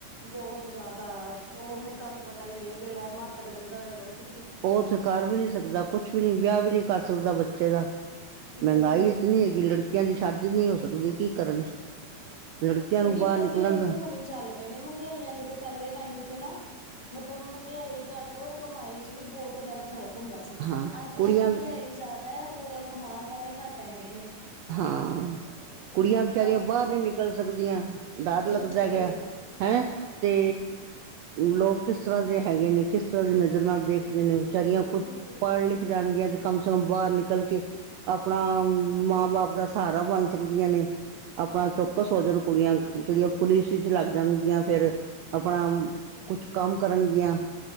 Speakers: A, on the left (about 20°); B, on the right (about 80°).
A: ਬਹੋਤ ਜ਼ਿਆਦਾ ਉਹ ਹੁਨ ਤੁਹਾਨੂੰ ਪਤਾ ਹੀ ਏ ਜਿਹੜਾ ਮਾਤੜ ਬੰਦਾ ਹੈਗਾ ਉਹ ਕਿ
B: ਉਹ ਉੱਥੇ ਕਰ ਵੀ ਨੀ ਸਕਦਾ ਕੁਛ ਵੀ ਨੀ ਵਿਆਹ ਵੀ ਨੀ ਕਰ ਸਕਦਾ ਬੱਚੇ ਦਾ ਮਹਿੰਗਾਈ
A: ਬਿਲਕੁਲ ਜੀ।
B: ਇਤਨੀ ਹੈਗੀ, ਲੜਕੀਆਂ ਦੀ ਸ਼ਾਦੀ ਨਹੀਂ ਹੋ ਸਕਦੀ, ਕੀ ਕਰਨ ਲੜਕੀਆਂ
A: ਇਹ
B: ਨੂੰ
A: ਵੀ
B: ਬਾਹਰ
A: ਵੈਸੇ,
B: ਨਿਕਲਣ ਦਾ
A: ਹੁਣ ਹੀ ਚੱਲ ਪਏ ਨੇ ਮਹਿੰਗਾਈਆਂ ਨੇ ਤੇ ਪਹਿਲੇ ਟਾਈਮ ਚ ਨਾ ਮਤਲਬ ਮਹਿੰਗਾਈ ਘੱਟ, ਔਰ ਕਮਾਈ ਚ ਵੀ ਬਹੁਤ ਇਹਨਾਂ ਦਾ ਫ਼ਰਕ ਹੁੰਦਾ ਸੀ।
B: ਹਾਂ
A: ਅੱਜ-ਕੱਲ੍ਹ,
B: ਕੁੜੀਆਂ
A: ਮਹਿੰਗਾਈ ਜ਼ਿਆਦਾ ਹੈ, ਔਰ ਕਮਾਣ ਵਾਲੇ ਘੱਟ ਹੈਗੇ ਨੇ,
B: ਹਾਂ, ਕੁੜੀਆਂ ਵਿਚਾਰੀਆਂ
A: ਅੱਜ
B: ਬਾਹਰ ਨੀ ਨਿਕਲ ਸਕਦੀਆਂ, ਡਰ
A: ਬਿਲਕੁਲ
B: ਲੱਗਦਾ ਗੈ।
A: ਜੀ
B: ਹੈਂ, ਤੇ ਲੋਕ ਕਿਸ ਤਰ੍ਹਾਂ ਦੇ ਹੈਗੇ, ਨੇ ਕਿਸ ਤਰ੍ਹਾਂ ਦੀ ਨਜ਼ਰ ਨਾਲ ਦੇਖਦੇ ਨੇ ਵਿਚਾਰੀਆਂ, ਕੁੱਝ
A: ਬਿਲਕੁਲ
B: ਪੜ੍ਹ
A: ਜੀ
B: ਲਿਖ ਜਾਣਗੀਆਂ, ਤੇ ਕਮ ਸੇ ਕਮ ਬਾਹਰ ਨਿਕਲ ਕੇ ਆਪਣਾ, ਮਾਂ ਬਾਪ ਮਾਂ ਬਾਪ ਦਾ, ਸਹਾਰਾ ਬਣ ਸਕਦੀਆਂ ਨੇ। ਆਪਣਾ ਚੌਕਸ ਹੋ ਜਾਣ ਕੁੜੀਆਂ, ਜਿਹੜੀਆਂ ਪੁਲਿਸ ਵਿੱਚ ਲੱਗ ਜਾਣਗੀਆਂ ਫੇਰ ਆਪਣਾ ਕੁਛ, ਕੰਮ ਕਰਨਗੀਆਂ।